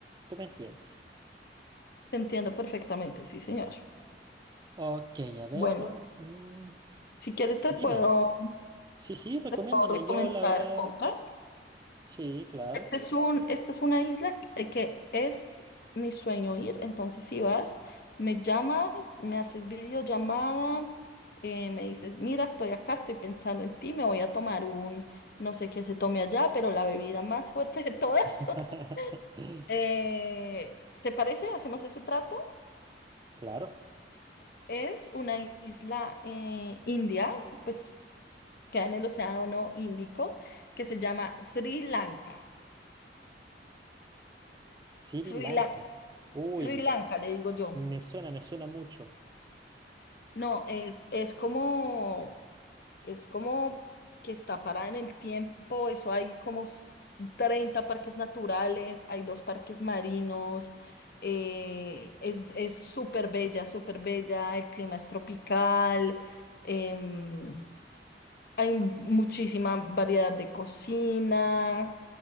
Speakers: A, on the right; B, on the left.
A: ¿Tú me entiendes?
B: Te entiendo perfectamente, sí, señor.
A: Ok, a ver,
B: Bueno,
A: mm,
B: si quieres te
A: dime.
B: puedo,
A: Sí, sí, recomiéndame.
B: te puedo recomendar
A: Yo, la verdad,
B: otras.
A: sí, claro.
B: Este es un, esta es una isla que que es mi sueño ir, entonces si vas, me llamas, me haces videollamada, eh, me dices, mira, estoy acá, estoy pensando en ti, me voy a tomar un, no sé qué se tome allá, pero la bebida más fuerte de todas.
A: <laughs>
B: <laughs> Eh, ¿te parece? ¿Hacemos ese trato?
A: Claro.
B: Es una isla eh, india, pues queda en el Océano Índico, que se llama Sri Lanka.
A: Sri
B: Sri
A: Lanka.
B: Lanka,
A: Uy,
B: Sri Lanka, le digo yo.
A: me suena, me suena mucho.
B: No, es, es como, es como que está parada en el tiempo, eso hay como s- 30 parques naturales, hay dos parques marinos, eh, es, es súper bella, súper bella, el clima es tropical, em, hay muchísima variedad de cocina,